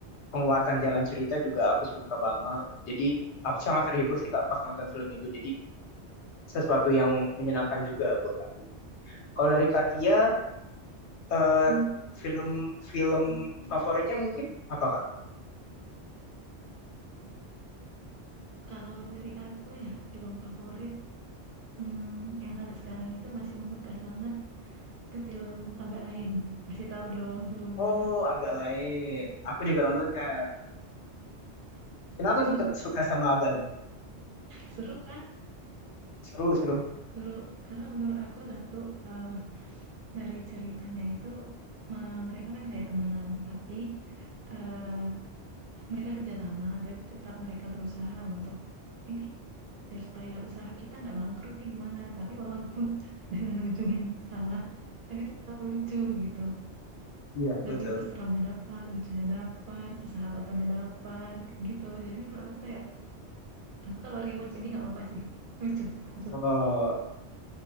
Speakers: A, on the left; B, on the right.
A: penguatan jalan cerita juga aku suka banget. Jadi aku sangat terhibur sih Kak pas nonton film itu. Jadi sesuatu yang menyenangkan juga buat aku. Kalau dari Katia, eh,
B: mmm,
A: film-film
B: oke.
A: favoritnya mungkin apa Kak?
B: Kalau dari aku ya, film favorit, mmm, yang sampai sekarang itu masih membekas banget, itu film Agak Lain. Masih tahu dong filmnya?
A: Oh, agak lain. Aku juga nonton Kak. Kenapa
B: Iya.
A: tuh Kak suka sama agak lain?
B: Seru kan?
A: Seru, seru.
B: Seru, karena menurut aku satu, eee Dari ceritanya itu, eee, mereka kan kayak temenan, tapi, eee, mereka kerjasama tapi tetap mereka berusaha untuk, "Ini biar supaya usaha kita nggak bangkrut nih gimana?" Tapi walaupun <laughs> dengan ujung yang salah, tapi tetap lucu gitu,
A: Iya, betul.
B: dan itu seramnya dapat, lucunya dapat, persahabatannya dapat, gitu. Jadi menurut aku kayak, aku kalau rewatch ini nggak apa-apa sih, lucu lucu.
A: Oh,